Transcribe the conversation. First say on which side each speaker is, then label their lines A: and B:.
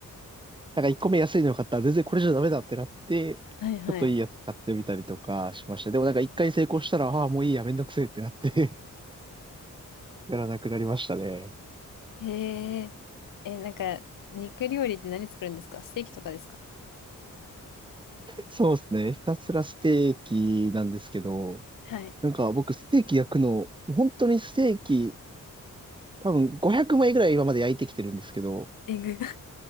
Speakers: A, on the right; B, on the left.
A: <laughs> なんか1個目安いの買ったら全然これじゃダメだってなって、
B: <laughs> はいはい。
A: ちょっといいやつ買ってみたりとかしました。でもなんか1回成功したら、ああ、もういいや、めんどくせえってなって <laughs> やらなくなりましたね。
B: へえー、え、なんか肉料理って何作るんですかステーキとかですか
A: そうですね。ひたすらステーキなんですけど、
B: はい。
A: なんか僕ステーキ焼くの、本当にステーキ、多分500枚ぐらい今まで焼いてきてるんですけど、
B: エグ。<laughs>